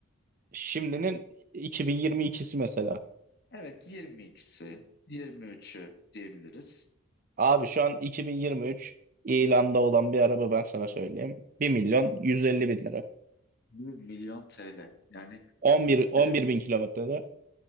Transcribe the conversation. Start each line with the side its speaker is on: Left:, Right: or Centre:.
Right: şimdinin 2022'si mesela.
Left: Evet 22'si 23'ü diyebiliriz.
Right: Abi şu an 2023 ilanda olan bir araba ben sana söyleyeyim. Bir milyon 150 bin lira.
Left: bir milyon TL yani
Right: 11,
Left: e,
Right: 11 bin kilometrede